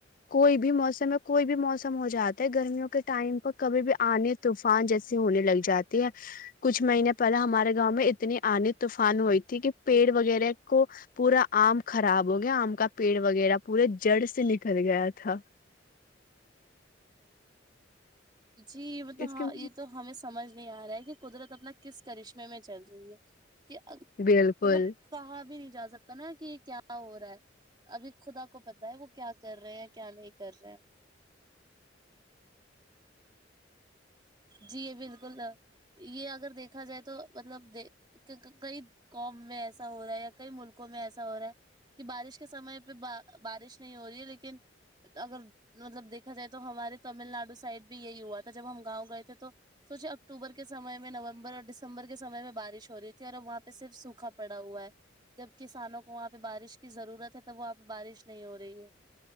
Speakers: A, on the left (about 45°); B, on the right (about 25°).
A: کوئی بھی موسم میں کوئی بھی موسم ہو جاتا ہے گرمیوں کے ٹائم پر کبھی بھی آنے طوفان جیسی ہونے لگ جاتی ہے کچھ مہینے پہل ہمارے گاؤں میں اتنی آنے طوفان ہوئی تھی کہ پیڑ وغیرہ کو پورا آم خراب ہو گیا آم کا پیڑ وغیرہ پورے جڑ سے نکل گیا تھا
B: جی مطلب
A: اس کے
B: ہ یہ تو ہمیں سمجھ نہیں آ رہا ہے کہ قدرت اپنا کس کرشمے میں چل جی ہے <inaudible> کہ مطلب
A: بالکل
B: کہا بھی نہیں جا سکتا نا کہ کیا ہو رہا ہے ابھی خدا کو پتا ہے وہ کیا کر رہے ہیں کیا نہیں کر رہے ہیں جی یہ بالکل یہ اگر دیکھا جائے تو مطلب کئی قوم میں ایسا ہو رہا ہے یا کئی ملکوں میں ایسا ہو رہا ہے کہ بارش کے سمے پہ بارش نہیں ہو رہی ہے لیکن اگر مطلب دیکھا جائے تو ہمارے تمل ناڈو سے سائڈ بھی یہی ہوا تھا جب ہم گاؤں گئے تھے تو سوچے اکتوبر کے سمے میں نومبر اور دسمبر کے سمے میں بارش ہو رہی تھی اور اب وہاں پہ صرف سوکھا پڑا ہوا ہے جب کسانوں کو وہاں پہ بارش کی ضرورت ہے تب وہاں پہ بارش نہیں ہو رہی ہے